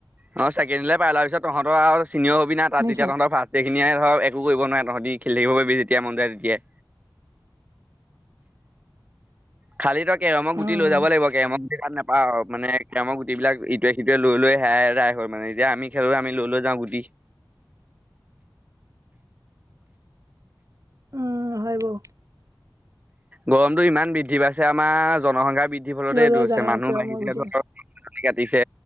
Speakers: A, on the right; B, on the right.
A: অ', চেকেণ্ডিলে পাইাৰ পিছত তহঁতৰ আৰু চিনিয়ৰ হবি তাততিয়া
B: শুনিছ
A: তহঁতৰ ফাষ্ট এইখিয়ে ধৰ একো কৰিবোৱ তঁহতি। খেল থাকিব পাৰিবি যেতিয়া মন যায় তেতিয়া। খালি তই কেৰমক গুটি
B: উম
A: লৈ যাব লাগিব কেৰমক গুটি তাত নাপাও মানে। এতিয়ামৰ গুটবিলাকৱে সিটোৱে লৈ হেৰাই হয় মানে এতিয়ামি খেলোলৈ আমি লৈ ল যাওঁ গুটি। <inaudible>
B: উম, হয় বাৰু।
A: গৰমতটো ইমান বৃদ্ধি পাইছে আমাৰ জনসংখ্যা বৃদ্ধি ফলতে
B: লৈ
A: এইটো
B: লৈ
A: হৈছে
B: যায়
A: মানুহ
B: অ কিয়
A: বাঢ়ি
B: মই
A: ধৰক
B: গুটি
A: কাটিছে